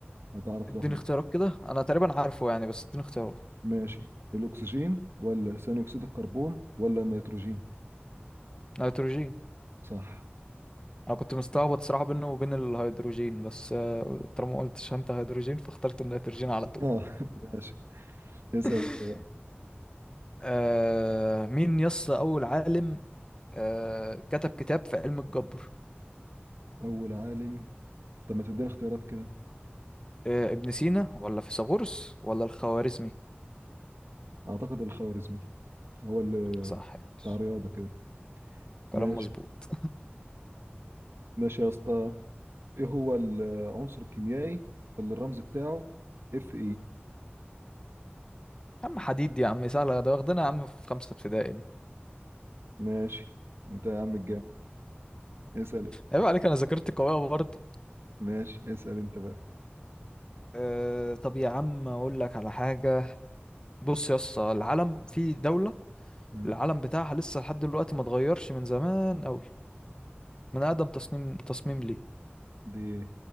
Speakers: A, on the right (about 80°); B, on the left (about 20°).
A: هتعرف
B: اديني
A: لوحدك
B: اختيارات كده انا تقريبا عارفه يعني بس اديني اختيارات
A: ماشي الاكسجين ولا ثاني اكسيد الكربون ولا النيتروجين
B: نيتروجين
A: صح
B: انا كنت مستعبط صراحة بينه وبين الهيدروجين بس آه، طالما ما قلتش انت هيدروجين فاخترت النيتروجين على طول
A: اه <laughs> ماشي اسال
B: <laughs>
A: انت
B: آه مين يس أول عالم آه كتب كتاب في علم الجبر
A: اول عالم طب ما تديني اختيارات كده
B: آه ابن سينا ولا فيثاغورس ولا الخوارزمي
A: اعتقد الخوارزمي هو اللي
B: صح يا باشا
A: بتاع رياضه كده
B: كلام
A: ماشي
B: مظبوط
A: ماشي يا اسطى ايه هو العنصر الكيميائي اللي الرمز بتاعه اف اي
B: يا عم حديد دي يا عم سهلة ده واخدنا يا عم في خمسة ابتدائي دي
A: ماشي انت يا عم الجامد اسأل انت
B: عيب عليك أنا ذاكرتي قوية برضه
A: ماشي اسأل انت بقى
B: آه طب يا عم أقول لك على حاجة بص يا اسطى العلم في دولة
A: مم.
B: العلم بتاعها لسه لحد دلوقتي ما اتغيرش من زمان أوي من أقدم تصميم تصميم ليه
A: دي